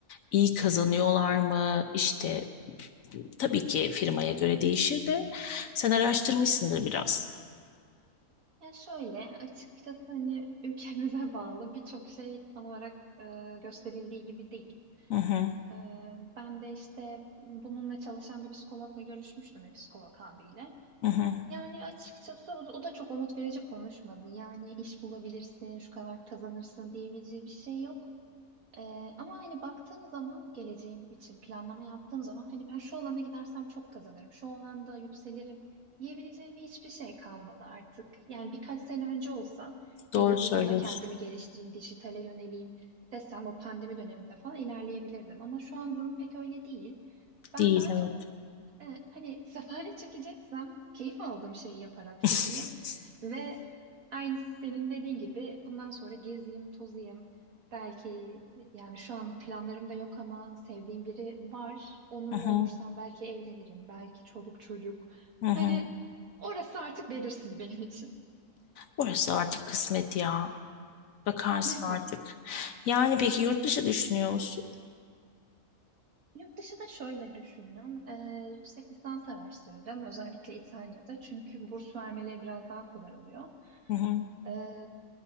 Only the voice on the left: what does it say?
İyi kazanıyorlar mı? İşte tabii ki firmaya göre değişir de sen araştırmışsındır biraz.
Hı hı,
hı hı.
Doğru
söylüyorsun.
Değil
evet.
<laughs>
Hı hı,
hı hı.
Orası artık kısmet ya. Bakarsın
artık.
Yani peki yurt dışı düşünüyor musun?
Hı hı,